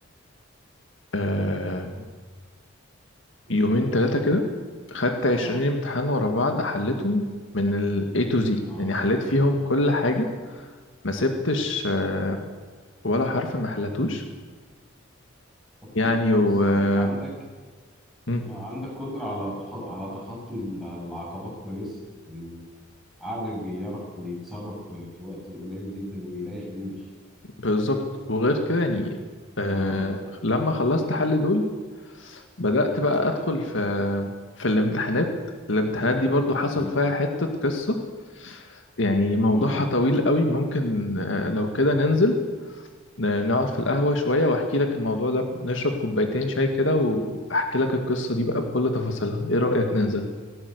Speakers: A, on the left (about 65°); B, in the centre.
A: آه،
B: إيه.
A: يومين تلاتة كده خدت
B: اه
A: عشرين امتحان ورا بعض حليتهم من ال A to Z
B: اه
A: يعني حليت فيهم
B: آه.
A: كل حاجة ما سبتش آه، ولا حرف ما حلتوش
B: طب كويس
A: يعني و آه،
B: طب انت عندك
A: مم،
B: آه، عندك قدرة على تخ... على تخطي ال- العقبات كويس يعني عقلك بيعرف يتصرف في في وقت قليل جدا ويلاقي حلول
A: بالظبط وغير كده يعني آه،
B: اه
A: لما خلصت حل دول بدأت بقى أدخل في في الامتحانات الامتحانات دي برضو حصل
B: مم.
A: فيها حتة قصة يعني موضوعها
B: اه
A: طويل قوي ممكن آه، لو كده ننزل ن- نقعد في القهوة شوية وأحكي لك الموضوع ده نشرب كوبايتين شاي كده وأحكي لك القصة دي بقى بكل تفاصيلها إيه رأيك ننزل